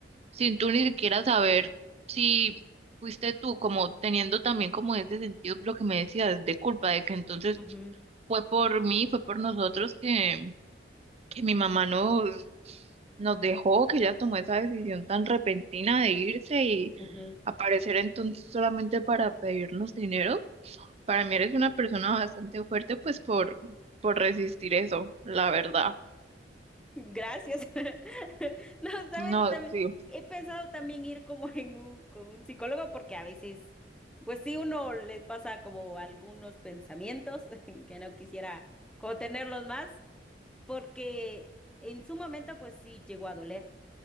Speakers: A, on the right; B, in the centre.
A: sin tú ni siquiera saber si fuiste tú, como teniendo también como ese sentido, lo que me decías, de culpa, de que entonces
B: Ujú,
A: fue por mí, fue por nosotros que, que mi mamá nos, nos dejó, que ella tomó esa decisión tan repentina de irse y
B: ujú.
A: aparecer entonces solamente para pedirnos dinero. Para mí eres una persona bastante fuerte, pues por, por resistir eso, la verdad.
B: Gracias. <laughs> No, sabes,
A: No,
B: también
A: sí.
B: he pensado también ir como en un, con un psicólogo porque a veces, pues sí, uno le pasa como algunos pensamientos <laughs> que no quisiera como tenerlos más porque en su momento pues sí llegó a doler.